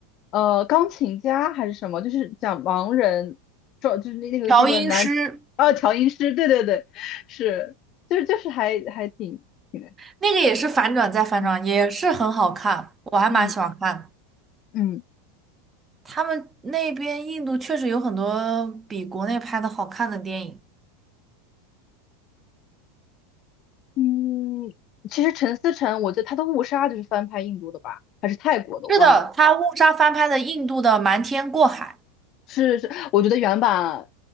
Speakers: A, on the left; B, on the right.
A: 呃钢琴家还是什么，就是讲盲人，装就是那那个那个男啊调音师，
B: 调音师
A: 对对对，是，就是就是还还挺挺那
B: 那个也是反转再反转，
A: 嗯
B: 也是很好看，我还蛮喜欢看的
A: 嗯嗯
B: 他们那边印度确实有很多比国内拍的好看的电影。
A: 嗯，其实陈思诚，我觉得他的《误杀》就是翻拍印度的吧，还是泰国的，我忘了。
B: 是的，他误杀翻拍的印度的《瞒天过海》，
A: 是是，我觉得原版，